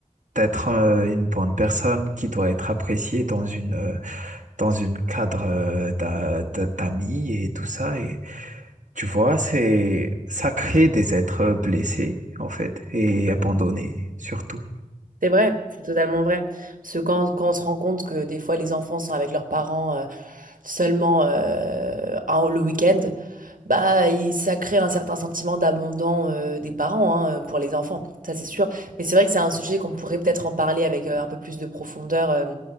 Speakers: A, on the right; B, on the right.
A: d'être euh, une bonne personne qui doit être appréciée dans une euh, dans une cadre euh, d'amis et tout ça et tu vois c'est ça crée des êtres blessés en fait et abandonnés surtout.
B: C'est vrai, c'est totalement vrai. Parce que quand, quand on se rend compte que des fois les enfants sont avec leurs parents seulement euh, un, le week-end, bah, il- ça crée un certain sentiment d'abandon euh, des parents hein, euh, pour les enfants, ça c'est sûr. Mais c'est vrai que c'est un sujet qu'on pourrait peut-être en parler avec euh, un peu plus de profondeur euh,